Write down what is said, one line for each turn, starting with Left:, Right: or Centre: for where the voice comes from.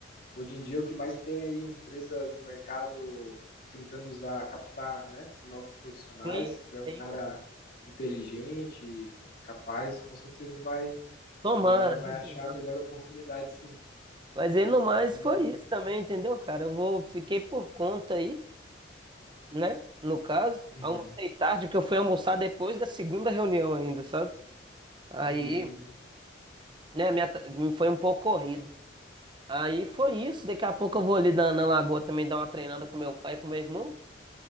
Left: Hoje em dia, o que mais tem aí empresas no mercado tentando usar, captar, né, novos profissionais.
Right: sim,
Left: Tu é um
Right: sim.
Left: cara inteligente, capaz, com certeza vai,
Right: Tomara,
Left: uma hora vai
Right: viu,
Left: achar
Right: Pedrão?
Left: a melhor oportunidade, sim.
Right: Mas aí no mais
Left: Não tem
Right: foi
Left: dúvida.
Right: isso também, entendeu, cara? Eu vou, fiquei por conta aí, né? No caso,
Left: Uhum.
Right: almocei tarde, porque eu fui almoçar depois da segunda reunião ainda, sabe? Aí
Left: Hum,
Right: né, a minha, ta- foi um pouco corrido. Aí foi isso. Daqui a pouco eu vou ali na, na lagoa também dar uma treinada com meu pai, e com meu irmão.